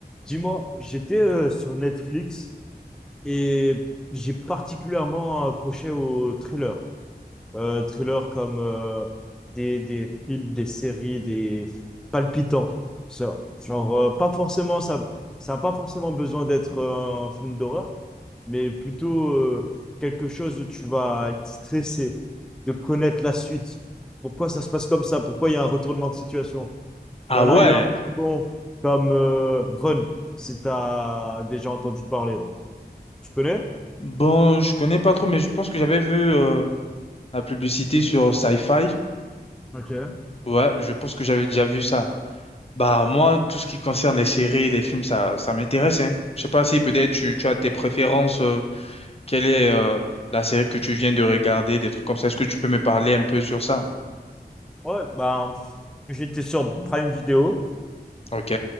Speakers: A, in the centre; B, on the left.
A: Dis-moi, j'étais euh, sur Netflix et j'ai particulièrement accroché aux thrillers. Euh, thrillers comme euh, des, des films, des séries, des palpitants. Ça, genre, euh, pas forcément, ça, ça n'a pas forcément besoin d'être euh, un film d'horreur, mais plutôt euh, quelque chose où tu vas être stressé de connaître la suite. Pourquoi ça se passe comme ça? Pourquoi il y a un retournement de situation?
B: Ah
A: Il y en
B: ouais,
A: a eu un très bon comme euh, Run, si tu as déjà entendu parler. Tu connais?
B: bon, je connais pas trop, mais je pense que j'avais vu euh, la publicité sur Sci-Fi.
A: Ok.
B: Ouais, je pense que j'avais déjà vu ça. Bah moi, tout ce qui concerne les séries, les films, ça, ça m'intéresse, hein. Je sais pas si peut-être tu, tu as tes préférences, euh, quelle est euh, la série que tu viens de regarder, des trucs comme ça. Est-ce que tu peux me parler un peu sur ça?
A: Ouais, ben, j'étais sur Prime Video
B: Ok,